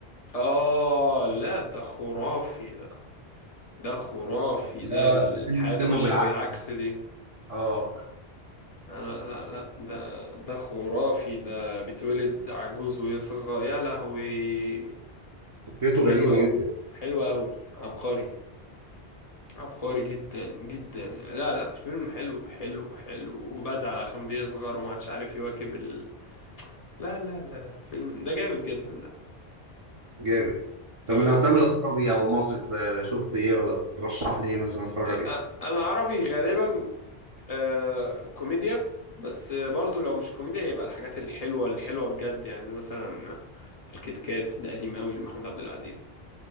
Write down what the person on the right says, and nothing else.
اللي
هو
سن-
سنه
بالعكس
اه
فكرته غريبة
جدا
جامد طب
من
الافلام العربي او المصري تبقى شفت ايه ولا ترشح لي ايه مثلا اتفرج
عليه